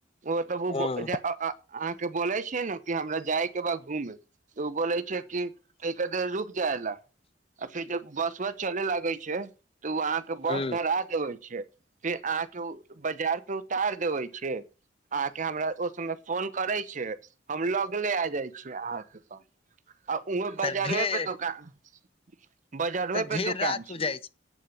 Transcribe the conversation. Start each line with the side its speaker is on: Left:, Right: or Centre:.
Right: ओतब
Left: हँ
Right: ओ अहाँ के बोले छै ने कि हमरा जाय के बा घूमे त ओ बोले छै क क क देर रुक जाय ला आ फेर जब बस वस चले लागे छै त उ अहाँ के
Left: ह
Right: बस धरा देबे। उ <unintelligible> अहा के बाजार उतार देवे छे फोन करे छे हम लगले आ जाए छीए हां के पास। उह बजारमे
Left: तऽ ढेर
Right: प दोकान। <unintelligible> ह बजरवे
Left: तऽ
Right: पे
Left: ढेर
Right: दुकान
Left: रात
Right: छै।
Left: हो जाइ